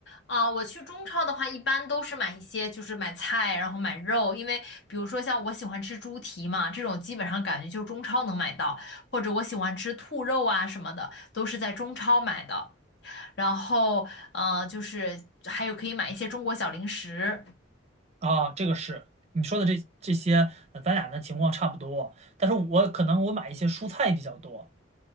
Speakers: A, on the left (about 60°); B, on the right (about 35°).
A: 啊，我去中超的话，一般都是买一些，就是买菜，然后买肉，因为比如说像我喜欢吃猪蹄嘛，这种基本上感觉就是中超能买到，或者我喜欢吃兔肉啊什么的，都是在中超买的。然后，呃，就是还有可以买一些中国小零食
B: 啊，这个是你说的这这些，呃咱俩的情况差不多，但是我可能我买一些蔬菜比较多，